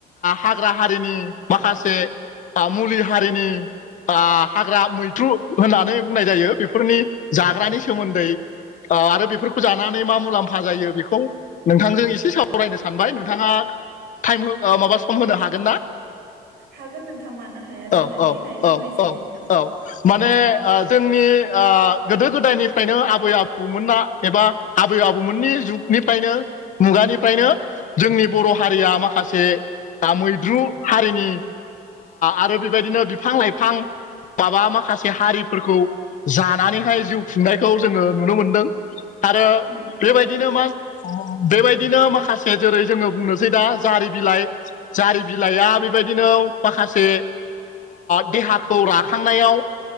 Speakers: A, on the left; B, on the right.
A: हाग्रा हारिनि माखासे मुलि हारिनि हाग्रा मैथ्रु होननानै बुंनाय जायो बेफोरनि जाग्रानि सोमोन्दै आरो बेफोरखौ जानानै मा मुलाम्फा जायो बेखौ नोंथांजों एसे सावरायनो सानबाय नोंथाङा टाइम माबा सम होनो हागोन ना
B: हागोन नोंथां मानो हाया
A: औ
B: जानो
A: औ
B: दे नाय
A: औ
B: बुंनायसाय
A: औ
B: नोंथां
A: औ माने जोंनि गोदो गोदायनिफ्रायनो आबै आबौमोना एबा आबै आबौमोननि जुगनिफ्रायनो मुगानिफ्रायनो जोंनि बर' हारिया माखासे मैद्रु हारिनि आरो बेबायदिनो बिफां लाइफां माबा माखासे हारिफोरखौ जानानैहाय जिउ खुंनायखौ जोङो नुनो मोनदों आरो
B: उम उम
A: बेबायदिनो मा बेबायदिनो माखासे जेरै जोङो बुंनोसै दा जारि बिलाइ जारि बिलाइआ बेबायदिनो माखासे देहाखौ राखांनायाव